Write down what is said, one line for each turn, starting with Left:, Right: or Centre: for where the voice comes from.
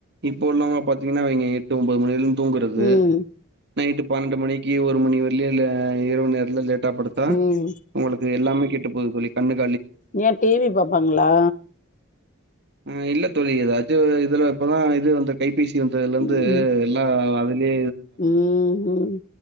Right: இப்போ உள்ளவங்க பாத்தீங்கன்னா அவிங்க எட்டு ஒம்போது மணி வர்லியு தூங்குறது
Left: ம்.
Right: நைட்டு பன்னெண்டு மணிக்கு ஒரு மணி வர்லியு இல்ல இரவு நேரத் <unintelligible> ட்டாபடுத்தா
Left: ம்.
Right: உங்களுக்கு எல்லாமே கெட்டு போது தோழி கண்ணுக்
Left: ஏ டி வி பாப்பாங்களா
Right: ஆ, இல்ல தோழி ஏதாச்சு இதுல இப்பதா இது வந்துருக் கைபேசி <unintelligible> வந்ததுலந்து
Left: ம்.
Right: எல்லா அதுலே
Left: ம் ம்